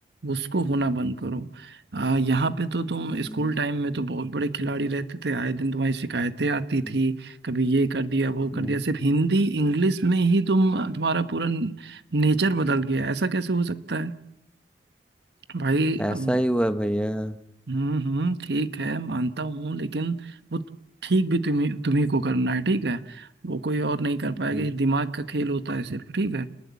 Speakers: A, on the right; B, in the centre.
A: उसको होना बंद करो आ, यहाँ पे तो तुम
B: <laughs>
A: स्कूल
B: हम्म,
A: टाइम में तो बहुत बड़े खिलाड़ी रहते थे आए दिन तुम्हारी शिकायतें आती
B: हम्म,
A: थी कभी ये कर दिया वो
B: हम्म,
A: कर
B: हम्म।
A: दिया सिर्फ हिंदी इंग्लिश में ही तुम तुम्हारा पूरा नेचर बदल गया ऐसा कैसे हो सकता है भाई
B: ऐसा
A: अब
B: ही हुआ भैया <laughs>
A: हम्म हम्म ठीक है मानता हूँ लेकिन वो ठीक भी तुम्हें तुम्ही को करना है ठीक है वो कोई और नहीं कर पाएगा
B: हम्म,
A: ये दिमाग का खेल होता है सिर्फ ठीक है